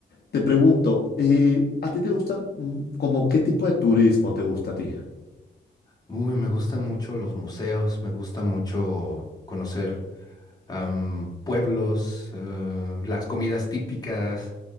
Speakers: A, on the left (about 55°); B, on the left (about 20°).
A: Te pregunto, eh, ¿a ti te gusta mm, como qué tipo de turismo te gusta a ti?
B: Uy, me gustan mucho los museos, me gusta mucho conocer am, pueblos, eh, las comidas típicas.